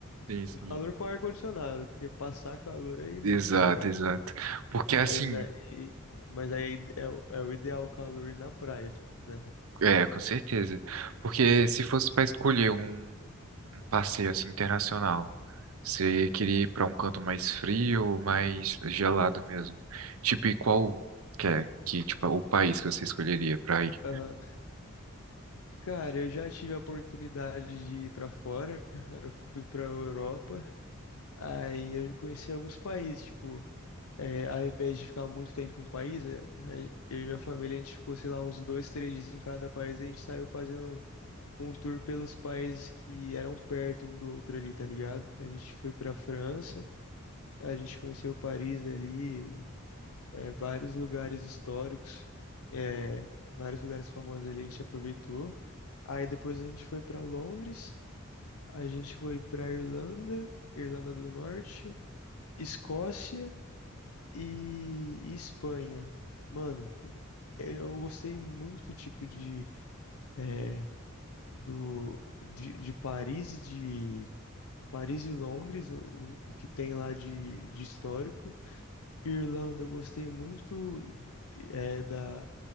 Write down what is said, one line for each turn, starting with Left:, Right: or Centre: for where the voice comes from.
Right: Sim,
Left: Um
Right: sim.
Left: calor com ar-condicionado, porque passar calor aí não,
Right: Exato,
Left: tá ligado?
Right: exato. Porque
Left: Mas
Right: assim,
Left: aí, mas aí é, o- é o ideal calor na praia, né?
Right: é, com certeza. Porque se fosse pra escolher um, um passeio assim internacional, você queria ir pra um canto mais frio ou mais gelado mesmo? Tipo, e qual que é que, tipo, o país que você escolheria pra ir?
Left: Aham. Cara, eu já tive a oportunidade de ir pra fora, eu fui pra Europa, aí eu conheci alguns países, tipo, é, ao invés de ficar muito tempo em um país, é, aí eu e minha família, a gente ficou, sei lá, uns dois, três dias em cada país, a gente saiu fazendo um tour pelos países que eram perto um do outro ali, tá ligado? A gente foi pra França, A gente conheceu Paris ali, o- é, vários lugares históricos, é, vários lugares famosos ali a gente aproveitou. Aí depois a gente foi para Londres, a gente foi para Irlanda, Irlanda do Norte, Escócia e, e Espanha. Mano, eu gostei muito tipo de é, do de, de Paris e de Paris e Londres, o, o que tem lá de, de histórico. Irlanda, eu gostei muito é, da,